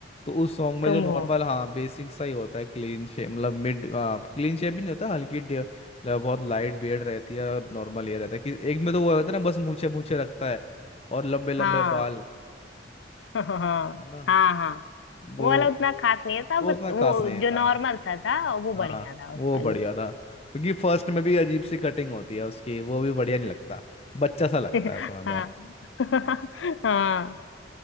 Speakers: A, on the left; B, on the left.
A: तो उस सॉन्ग में
B: तुम
A: जो नॉर्मल
B: हो
A: हाँ बेसिक सा ही होता है क्लीन शेप मतलब मिड क्लीन शेप भी नहीं होता हल्की डे- मतलब बहुत लाइट बियर्ड रहती है और नॉर्मल ये रहता है कि एक में तो वो होता है ना बस मूछे मूछे रखता है और लंबे लंबे
B: हाँ
A: बाल
B: <laughs> हाँ
A: है ना
B: हाँ हाँ
A: वो
B: वो वाला उतना खास नहीं था
A: वो
B: बस
A: उतना
B: वो
A: खास नहीं
B: जो
A: था
B: नॉर्मल सा था वो बढ़िया
A: हाँ
B: था उसका
A: वो बढ़िया
B: लुक
A: था क्योंकि फर्स्ट में भी अजीब सी कटिंग होती है उसकी वो भी बढ़िया नहीं लगता बच्चा सा लगता है
B: <laughs>
A: उसमें तो
B: हाँ <laughs> हाँ